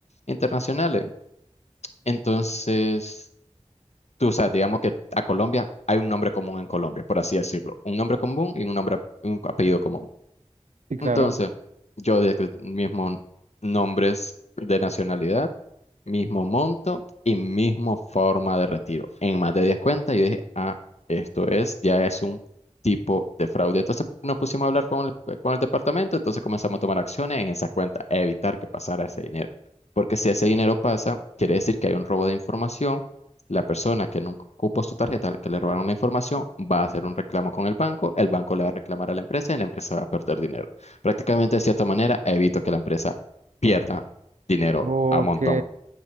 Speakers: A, on the left; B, on the right.
A: internacionales. Entonces, tú sabes, digamos que a Colombia hay un nombre común en Colombia, por así decirlo. Un nombre común y un nombre, un apellido común.
B: Sí, claro.
A: Entonces, yo de mismo nombres de nacionalidad mismo monto y mismo forma de retiro. En más de 10 cuentas, yo dije, ah, esto es, ya es un tipo de fraude. Entonces nos pusimos a hablar con el, con el departamento, entonces comenzamos a tomar acciones en esas cuentas, a evitar que pasara ese dinero. Porque si ese dinero pasa, quiere decir que hay un robo de información. La persona que nunca ocupó su tarjeta, que le robaron la información, va a hacer un reclamo con el banco, el banco le va a reclamar a la empresa y la empresa va a perder dinero. Prácticamente, de cierta manera, evito que la empresa pierda dinero
B: Ok,
A: a montón.